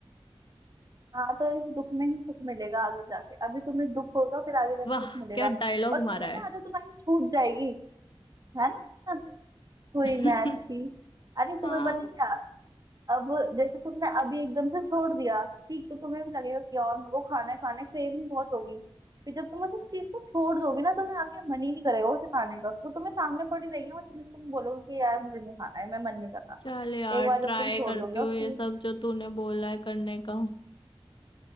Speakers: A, on the right (about 45°); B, on the left (about 60°).
A: हाँ तो इस दुख में ही सुख मिलेगा आगे जाके अभी तुम्हें दुख होगा फिर आगे जाके
B: वाह
A: सुख मिलेगा
B: क्या डायलॉग
A: और तुम्हें
B: मारा
A: पता
B: है
A: है आदत तुम्हारी छूट जाएगी है ना हुई
B: <laughs>
A: मैं अच्छी अरे तुम्हें
B: हाँ
A: पता है क्या अब जैसे तुमने अभी एकदम से छोड़ दिया ठीक तो तुम्हें भी लगेगा कि और मेरे को खाना है, खाना क्रेविंग बहुत होगी फिर जब तुम उस चीज को छोड़ दोगे ना तुम्हें आगे मन ही नहीं करेगा उसे खाने का वो तुम्हें सामने पड़ी रहेगी ना वो चीज तुम बोलोगे कि यार मुझे नहीं खाना है मैं मन नहीं कर रहा
B: चल यार
A: एक बार जब
B: ट्राई
A: तुम छोड़
B: करती
A: दोगे और
B: हूँ ये
A: फ्रूट्स
B: सब जो तूने बोला है करने का